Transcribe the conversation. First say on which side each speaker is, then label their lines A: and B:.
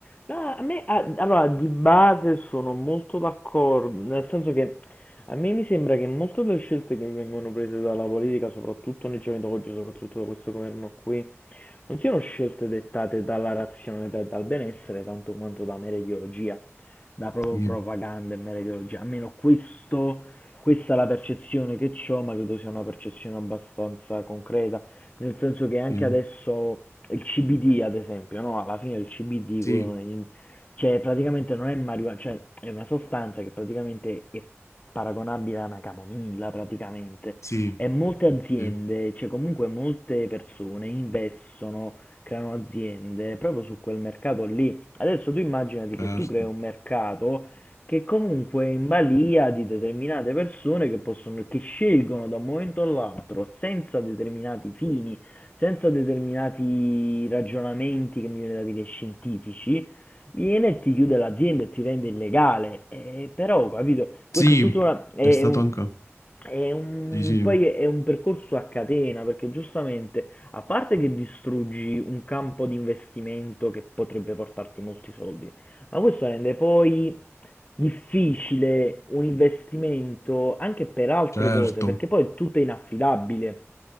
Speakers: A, on the left; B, on the left.
A: No, a me, a- allora, di base sono molto d'accordo, nel senso che a me mi sembra che molte delle scelte che vengono prese dalla politica, soprattutto nei giorni d'oggi, soprattutto da questo governo qui, non siano scelte dettate dalla razionalità e dal benessere, tanto quanto da mera ideologia da proprio
B: Sì,
A: propaganda e mera ideologia. Almeno questo, questa è la percezione che ho, ma credo sia una percezione abbastanza concreta, nel senso che anche
B: sì,
A: adesso il CBD, ad esempio, no? alla fine il CBD,
B: sì,
A: quello in- cioè praticamente non è marijuana, cioè è una sostanza che praticamente è paragonabile a una camomilla praticamente.
B: sì,
A: E molte aziende,
B: sì,
A: cioè comunque molte persone investono, creano aziende proprio su quel mercato lì. Adesso tu immaginati che
B: certo.
A: tu crei un mercato che comunque è in balia di determinate persone che possono, che scelgono da un momento all'altro senza determinati fini, senza determinati ragionamenti che mi viene da dire scientifici viene e ti chiude l'azienda e ti rende illegale. Eh, però, capito, questo
B: Sì,
A: è tutto una, è
B: è stato
A: un,
B: anche...
A: è un-
B: Sì, sì,
A: poi è un percorso a catena, perché giustamente, a parte che distruggi un campo di investimento che potrebbe portarti molti soldi, ma questo rende poi difficile un investimento anche per altre
B: certo.
A: cose, perché poi tutto è inaffidabile.